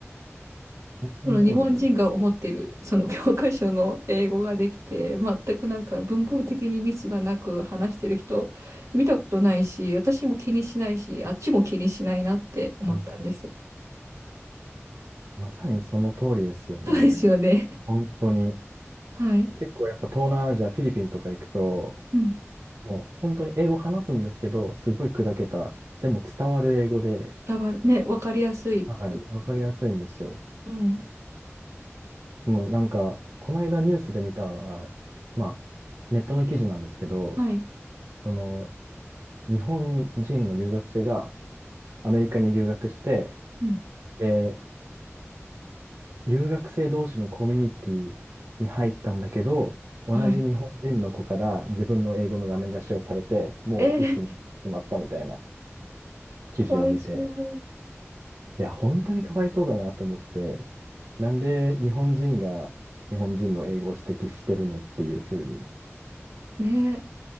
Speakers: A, on the right; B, on the right.
A: 本当にそうです。
B: その日本人が思ってるその教科書の英語ができて全くなんか文法的にミスがなく話してる人見たことないし私も気にしないしあっちも気にしないなって思ったんです。
A: うんまさにその通りですよね。
B: そうですよね。<laughs>
A: 本当に。
B: はい。
A: 結構やっぱ東南アジア、フィリピンとか行くと、
B: うん。
A: もう本当に英語話すんですけど、すごい砕けた。でも伝わる英語で、
B: 伝わる。ね、わかりやすいく。
A: はい。わかりやすいんですよ。
B: うん。
A: もうなんか、この間ニュースで見たのが、まあ、ネットの記事なんですけど、
B: はい。
A: その、日本人の留学生がアメリカに留学して、
B: うん。
A: で、留学生同士のコミュニティに入ったんだけど、同じ日本人の子から自分の英語のダメ出しをされて、
B: はい。
A: もう鬱になってしまったみたいな
B: えー、
A: 記事を見て、
B: かわいそう。
A: いや、本当にかわいそうだなと思って、なんで日本人が日本人の英語を指摘してるのっていうふうに、
B: ね